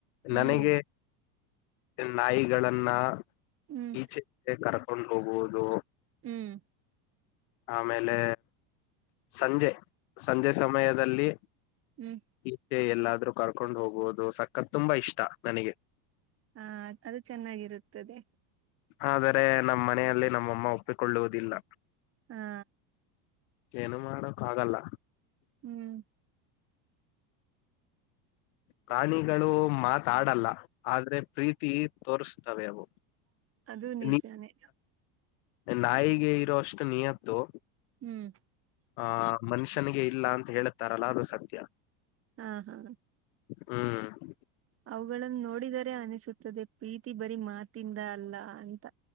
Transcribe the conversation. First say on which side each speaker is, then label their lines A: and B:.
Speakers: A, on the right (about 30°); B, on the left (about 60°).
A: ಹ್ಮ್
B: ನನಗೆ ನಾಯಿಗಳನ್ನ
A: ಹ್ಮ್
B: ಈಚೆಗೆ ಕೊಂಡು ಹೋಗುವುದು
A: ಹ್ಮ್
B: ಆಮೇಲೆ ಸಂಜೆ ಸಂಜೆ ಸಮಯದಲ್ಲಿ
A: ಹ್ಮ್
B: ಈಚೆ ಎಲ್ಲಾದ್ರೂ ಕರ್ಕೊಂಡ್ ಹೋಗುವುದು ಸಕ್ಕತ್ ತುಂಬಾ ಇಷ್ಟ ನನಗೆ
A: ಹಾ ಅದು ಚೆನ್ನಾಗಿರುತ್ತದೆ
B: ಆದರೆ ನಮ್ಮ ಮನೆಯಲ್ಲಿ ನಮ್ಮಮ್ಮ ಒಪ್ಪಿಕೊಳ್ಳುವುದಿಲ್ಲ
A: ಹಾ
B: ಏನು ಮಾಡೋಕ್ ಆಗಲ್ಲ
A: ಹ್ಮ್
B: ಪ್ರಾಣಿಗಳು ಮಾತಾಡಲ್ಲ ಆದ್ರೆ ಪ್ರೀತಿ ತೋರ್ಸ್ ತ್ತವೆ ಅವು
A: ಅದು ನಿಜಾನೇ
B: ನೀ ನಾಯಿಗೆ ಇರೋ ಅಷ್ಟು ನಿಯತ್ತು
A: ಹ್ಮ್
B: ಆ ಮನುಷ್ಯನಿಗೆ ಇಲ್ಲ ಅಂತ ಹೇಳುತ್ತಾರಲ್ಲ ಅದು ಸತ್ಯ
A: ಹಾ ಹಾ
B: ಹ್ಮ್
A: ಅವುಗಳನ್ನು ನೋಡಿದರೆ ಅನಿಸುತ್ತದೆ ಪ್ರೀತಿ ಬರೀ ಮಾತಿಂದ ಅಲ್ಲ ಅಂತ